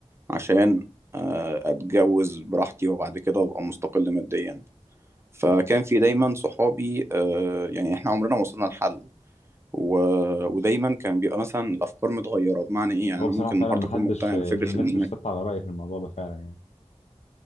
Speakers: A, on the right (about 20°); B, on the left (about 70°).
A: عشان آه، اتجوز براحتي وبعد كده ابقى مستقل ماديا فكان في دايما صحابي آه، يعني احنا عمرنا ما وصلنا لحل و... ودايما كان بيبقى مثلا الافكار متغيره بمعنى ايه يعني
B: هو
A: انا
B: بصراحة
A: ممكن النهارده
B: فعلا محدش
A: اكون مقتنع
B: الناس
A: بفكره ان
B: مش ثابتة على رأي في الموضوع ده فعلا يعني